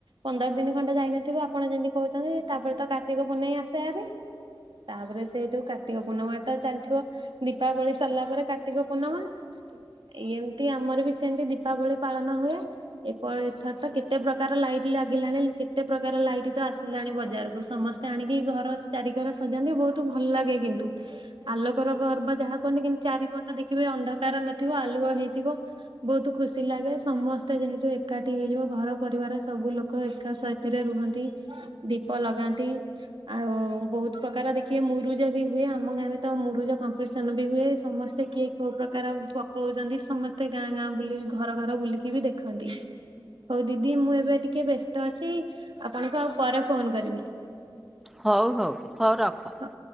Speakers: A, on the right; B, in the centre.
A: ପନ୍ଦର ଦିନ ଖଣ୍ଡେ ଯାଇନଥିବ ଆପଣ ଯେମିତି କହୁଛନ୍ତି ତାପରେ ତ କାର୍ତ୍ତିକ ପୂନେଇଁ ଆରି ତାପରେ ସେ ଯୋ କାର୍ତ୍ତିକ ପୂର୍ଣ୍ଣିମା ତ ଚାଲିଥିବ ଦୀପାବଳି ସରିଲା ପରେ କାର୍ତ୍ତିକ ପୂର୍ଣ୍ଣିମା ଏ ଏମତି ଆମର ବି ସେମତି ଦୀପାବଳି ପାଳନ ହୁଏ ଏପ। ଅଥାତ୍ତ କେତେ ପ୍ରକାର ଲାଇଟ ଲାଗିଲାଣି କେତେ ପ୍ରକାର ଲାଇଟ୍ ତ ଆସିଲାଣି ବଜାରକୁ ସମସ୍ତେ ଆଣିକି ଘର ଚାରି ଘର ସଜାନ୍ତି ବହୁତ ଭଲ ଲାଗେ କିନ୍ତୁ ଆଲୋକର ପର୍ବ ଯାହା କୁହନ୍ତି କିନ୍ତୁ ଚାରିପଟ ଦେଖିବେ ଅନ୍ଧକାର ନଥିବ ଆଲୁଅ ହେଇଥିବ ବହୁତ ଖୁସି ଲାଗେ ସମସ୍ତେ ଯେହେତୁ ଏକାଠି। ହେଇଯିବ ଘର ପରିବାର ସବୁ ଲୋକ ଏକାସଥିରେ ରୁହନ୍ତି ଦୀପ ଲଗାନ୍ତି ଆଉ ବହୁତ ପ୍ରକାର ଦେଖିବେ ମୁରୁଜ ବି ହୁଏ ଆମ ଗାଁରେ ତ ମୁରୁଜ କମ୍ପିଟିସନ ବି ହୁଏ ସମସ୍ତେ କିଏ କୋଉ ପ୍ରକାର ପକଉଛନ୍ତି ସମସ୍ତେ ଗାଁ ଗାଁ ବୁଲି ଘର ଘର ବୁଲିକି ବି ଦେଖନ୍ତି। ହଉ ଦିଦି ମୁଁ ଏବେ ଟିକେ ବ୍ୟସ୍ତ ଅଛି ଆପଣଙ୍କୁ ଆଉ ପରେ ଫୋନ କରିବି।
B: ହଉ ହଉ। ହଉ ରଖ।
A: ହଉ।